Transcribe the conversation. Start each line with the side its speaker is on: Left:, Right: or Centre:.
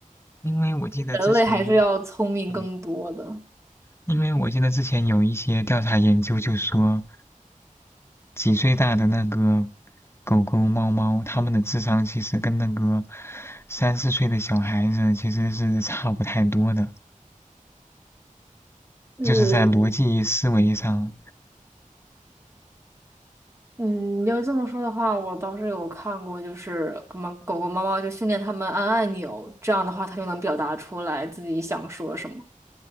Left: 因为我记得之前，
Right: 人类还是要聪明更多的。
Left: 嗯，因为我记得之前有一些调查研究就说，几岁大的那个狗狗、猫猫，它们的智商其实跟那个三四岁的小孩子其实是差不太多的，
Right: 呃，
Left: 就是在逻辑思维上。
Right: 嗯，要这么说的话，我倒是有看过，就是什么狗狗、猫猫就训练它们按按钮，这样的话它就能表达出来自己想说什么。